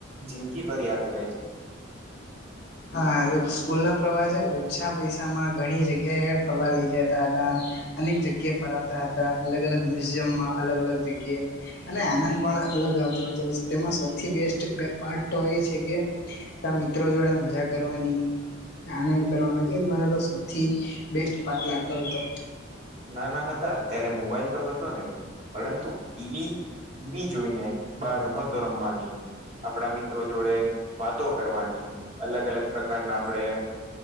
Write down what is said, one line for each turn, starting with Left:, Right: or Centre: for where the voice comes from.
Right: જિંદગીભર યાદ રહે છે.
Left: હા સ્કૂલ ના પ્રવાસે ઓછા પૈસામાં ઘણી જગ્યાએ ફરવા લઈ જતા હતા. અનેક જગ્યા ફરવાતા હતા અલગ-અલગ મ્યુઝિયમમાં અલગ-અલગ જગ્યા અને આનંદ પણ અલગ આવતો હતો તેમાં સૌથી બેસ્ટ પે પાર્ટ તો એ છે કે ત્યા મિત્રો જોડે મજા મજા કરવાની, આનંદ કરવાનો એજ મને તો સૌથી બેસ્ટ તું પાત લાગતો હતો.
Right: નાના હતા ત્યારે મોબાઈલ હતો નઇ પરંતુ ટીવી ટીવી જોઈને બાર રમતો રમવાની આપણા મિત્રો જોડે વાતો કરવાની, અલગ-અલગ પ્રકારના આપડે